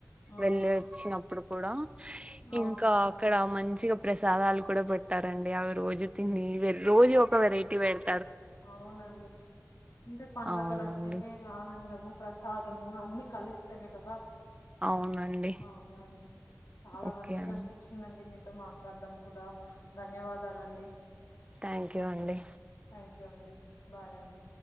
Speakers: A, on the left; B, on the right.
A: ఆ
B: వెళ్ళ వచ్చినప్పుడు కూడా
A: అవునండి
B: ఇంకా అక్కడ మంచిగా ప్రసాదాలు కూడా పెడ్తారండి, అవి రోజు తినీ వీరు రోజు ఒక వెరైటీ వేడ్
A: అవునండి అంతే పండగలంటేనే
B: అవునండి
A: ఆనందము. ప్రసాదము అన్ని కలిస్తేనే కదా.
B: అవునండి
A: అవునండి చాలా
B: ఓకే
A: మంచిగా
B: అండి
A: అనిపించిందండి, మిక్ మీతో మాట్లాడం కూడా ధన్యవాదాలండి.
B: థాంక్యూ అండి.
A: థ్యాంక్యూ అండి, బాయ్ అండి.